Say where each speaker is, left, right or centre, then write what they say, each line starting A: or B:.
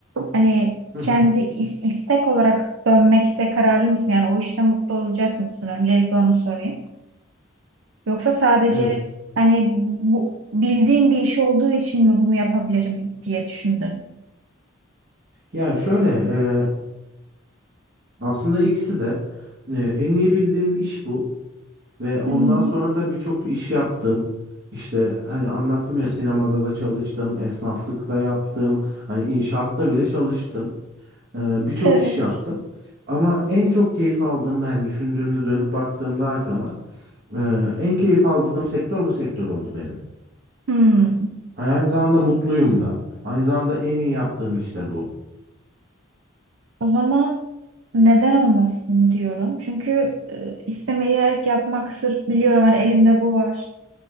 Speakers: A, on the right (about 75°); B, on the right (about 50°).
A: Hani
B: Hı
A: kendi
B: hı.
A: is- istek olarak dönmekte kararlı mısın? Yani o işte mutlu olacak mısın? Öncelikle onu sorayım. Yoksa sadece
B: E,
A: hani bu bildiğin bir iş olduğu için mi bunu yapabilirim diye düşündün?
B: ya şöyle, e, aslında ikisi de e, en iyi bildiğim iş bu ve ondan
A: Hı hı.
B: sonra da birçok iş yaptım. İşte hani anlattım ya sinemada da çalıştım, esnaflıkta yaptım, hani inşaatta bile çalıştım. Ee, birçok
A: Evet.
B: iş yaptım. Ama en çok keyif aldığım, ben düşündüğümde dönüp baktığımda arkama e, en keyif aldığım sektör bu sektör oldu benim.
A: Hmm.
B: Hani aynı zamanda mutluyum da. Aynı zamanda en iyi yaptığım iş de bu.
A: O zaman Neden olmasın diyorum. Çünkü e, istemeyerek yapmak sırf biliyorum hani elimde bu var